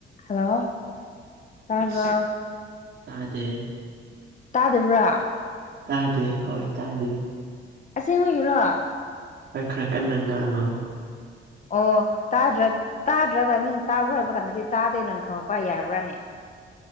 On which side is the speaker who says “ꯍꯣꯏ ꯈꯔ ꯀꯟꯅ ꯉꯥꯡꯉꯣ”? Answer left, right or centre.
Right